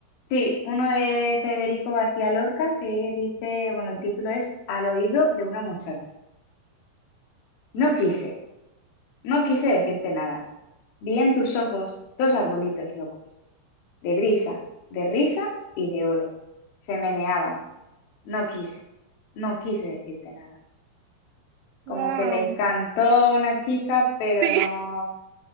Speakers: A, on the left; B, on the right.
A: sí, uno de Federico García Lorca que dice, bueno, el título es Al oído de una muchacha. No
B: Ok.
A: quise, no quise decirte nada. Vi en tus ojos dos arbolitos locos, de brisa, de risa y de oro. Se meneaban. No quise, no quise decirte nada. Como
B: Wow.
A: que le encantó una chica, pero
B: Sí,
A: no,